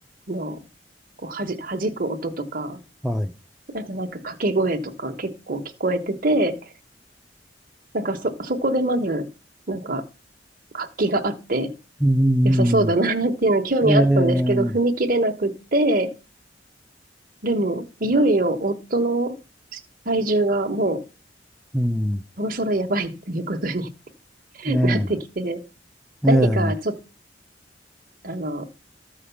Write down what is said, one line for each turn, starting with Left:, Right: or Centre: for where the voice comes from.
Right: う、の、こうはじ、弾く音とか、
Centre: はい。う
Right: あとなんか掛け声とか結構聞こえてて、なんかそ、そこでまず、なんか活気があって
Centre: ー
Right: 良さそうだなっていうの興味あったんですけど、
Centre: ん。ええ
Right: 踏み切れなくって、でも、いよいよ夫の体重がも
Centre: うん。
Right: う、そろそろやばいということに <laughs>
Centre: ええ
Right: なってきて、何かちょっと、
Centre: ええ
Right: あの、